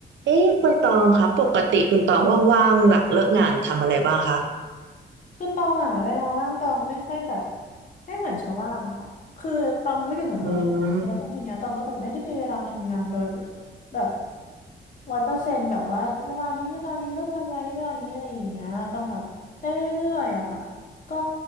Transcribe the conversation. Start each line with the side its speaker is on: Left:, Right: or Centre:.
Right: เอ๊ะคุณตองคะปกติคุณตองว่างๆหลังเลิกงานทำอะไรบ้างคะ
Left: คือตองอ่ะเวลาว่างตองไม่ค่อยแบบไม่เหมือนชาวบ้านนะคะคือตองทำธุรกิจส่วนตัวใช่ไหมแล้วคือทีเนี้ยตองก็แบบไม่ได้มีเวลาทำงานโดย
Right: อืม
Left: แบบร้อยเปอร์เซ็นต์แบบว่าเวลานี้เวลานี้เลิกงานเวลานี้เวลานี้อะไรอย่างเงี้ยตองแบบได้เรื่อยๆอะค่ะก็